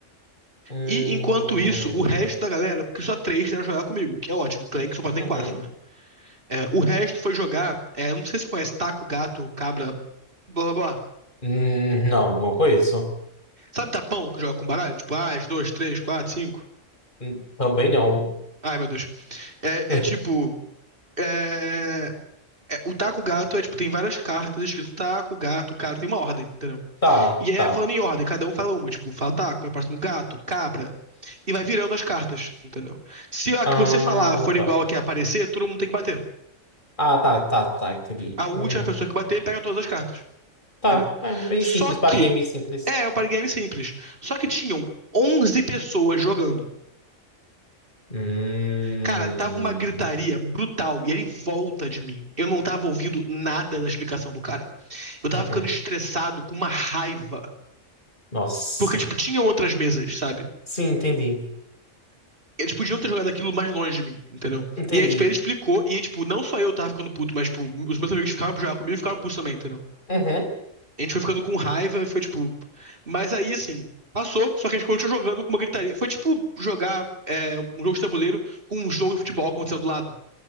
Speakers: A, on the left; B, on the right.
A: Hum.
B: E enquanto isso, o resto da galera, porque só três quiseram jogar comigo, que é ótimo. Clank só pode ter
A: Uhum.
B: quatro, né? É, o resto foi jogar, é, não sei se você conhece taco, gato, cabra, blá blá blá.
A: Hum, Não, não conheço.
B: Sabe tapão que joga com baralho? Tipo, ah, as duas, três, quatro, cinco.
A: Hum, Também não.
B: Ai, meu Deus. É,
A: <laughs>
B: é tipo. É, é, o taco gato é tipo, tem várias cartas escrito taco, gato, cara, tem uma ordem, entendeu?
A: Tá,
B: E aí
A: tá.
B: é falando em ordem, cada um fala uma, tipo, fala taco, é o próximo gato, cabra. E vai virando as cartas, entendeu? Se a
A: Ah,
B: que você falar for
A: tá.
B: igual a que é aparecer, todo mundo tem que bater.
A: Ah, tá, tá, tá, entendi.
B: A última
A: Hum,
B: pessoa que bater pega todas as cartas.
A: Tá,
B: Entendeu?
A: é bem
B: Só
A: simples, para
B: que.
A: game simples.
B: É, é um party game simples. Só que tinham 11 pessoas jogando.
A: Hum,
B: Cara, tava uma gritaria brutal e ele em volta de mim. Eu não tava ouvindo nada da explicação do cara. Eu tava
A: uhum.
B: ficando estressado com uma raiva.
A: Nossa.
B: Porque, tipo, tinham outras mesas, sabe?
A: Sim, entendi.
B: Eles podiam ter jogado aquilo mais longe de mim, entendeu?
A: Entendi.
B: E aí, tipo, ele explicou, e tipo, não só eu tava ficando puto, mas, tipo, os meus amigos ficaram pra jogar comigo e ficaram putos também, entendeu?
A: Uhum.
B: A gente foi ficando com raiva e foi tipo. Mas aí, assim, passou, só que a gente continuou jogando com uma gritaria. Foi tipo jogar é, um jogo de tabuleiro com um jogo de futebol acontecendo do lado.